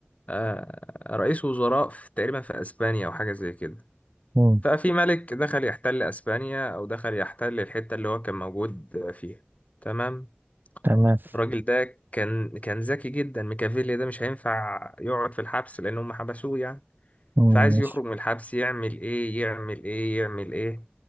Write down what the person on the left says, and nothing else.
آه رئيس وزراء في تقريبا في أسبانيا أو حاجة زي كده
ففي ملك دخل يحتل أسبانيا أو دخل يحتل الحتة اللي هو كان موجود فيها تمام
الراجل ده كان كان ذكي جدا ميكافيلي ده مش هينفع يقعد في الحبس لأن هم حبسوه يعني
فعايز
يخرج من الحبس يعمل ايه يعمل ايه يعمل ايه